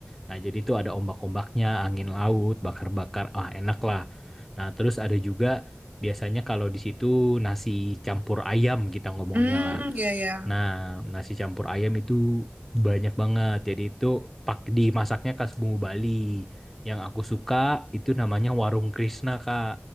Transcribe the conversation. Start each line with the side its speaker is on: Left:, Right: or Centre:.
Centre: Nah, jadi tuh ada ombak-ombaknya, angin laut, bakar-bakar. Ah, enak lah. Nah, terus ada juga biasanya kalau di situ nasi campur ayam kita ngomongnya
Right: Hmm,
Centre: lah.
Right: iya ya.
Centre: Nah, nasi campur ayam itu banyak banget. Jadi itu pak dimasaknya khas Bumbu Bali. Yang aku suka itu namanya Warung Krisna, Kak.